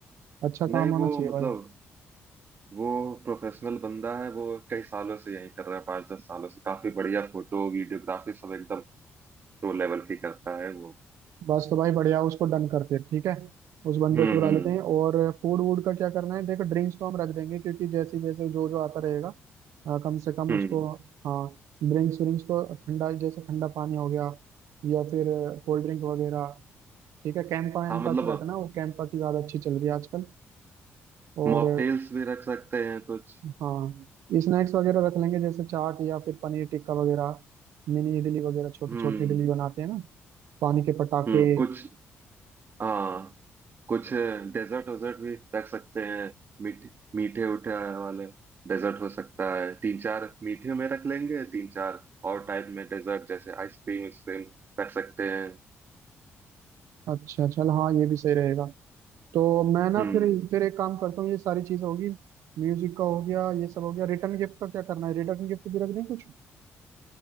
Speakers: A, on the right (about 80°); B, on the right (about 45°).
A: अच्छा काम
B: नहीं
A: होना
B: वो
A: चाहिए
B: मतलब
A: भाई
B: वो प्रोफेशनल बंदा है वो कई सालों से यही कर रहा है पाँच दस सालों से काफी बढ़िया फोटो वीडियोग्राफी सब एकदम टो लेवल की करता है वो
A: बस तो भाई बढ़िया उसको डन कर फिर ठीक है उस बंदे
B: हम्म
A: को बुला
B: हम्म
A: लेते हैं और फूड वूड का क्या करना है देखो ड्रिंक्स तो हम रख देंगे क्योंकि जैसे जैसे जो जो आता रहेगा अ, कम से कम
B: हम्म,
A: उसको
B: हम्म।
A: हाँ ड्रिंक्स व्रिंक्स तो ठंडा जैसे ठंडा पानी हो गया या फिर कोल्ड ड्रिंक वगैरह ठीक है कैंपा वैम्पा
B: हाँ मतलब
A: की रखना वो कैंपा की ज़्यादा अच्छी चल रही है आजकल और
B: मॉकटेल्स भी रख सकते हैं कुछ
A: हाँ स्नैक्स वगैरह रख लेंगे जैसे चाट या फिर पनीर टिक्का वगैरह मिनी इडली वगैरह छोटी
B: हम्म
A: छोटी इडली बनाते हैं ना पानी के पटाखे
B: हम्म कुछ हाँ कुछ डेजर्ट वेजर्ट भी रख सकते हैं मीठे मीठे उठे वाले डेजर्ट हो सकता है तीन चार मीठे में रख लेंगे तीन चार और टाइप में डेजर्ट जैसे आइसक्रीम आइसक्रीम रख सकते हैं
A: अच्छा चल हाँ ये भी सही रहेगा तो मैं ना
B: हम्म
A: फिर फिर एक काम करता हूँ ये सारी चीजें होगी म्यूजिक का हो गया ये सब हो गया रिटर्न गिफ्ट का क्या करना है रिटर्न गिफ्ट भी रख दें कुछ